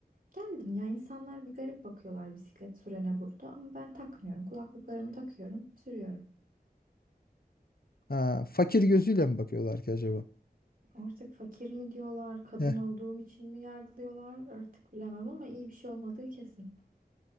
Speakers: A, on the right (about 60°); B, on the left (about 65°).
A: Geldim ya insanlar bir garip bakıyorlar bisiklet sürene burada ama ben takmıyorum. Kulaklıklarımı takıyorum, sürüyorum.
B: Ha, fakir gözüyle mi bakıyorlar ki acaba?
A: Artık fakir mi diyorlar, kadın
B: Heh,
A: olduğum için mi yargılıyorlar artık bilemem ama iyi bir şey olmadığı kesin.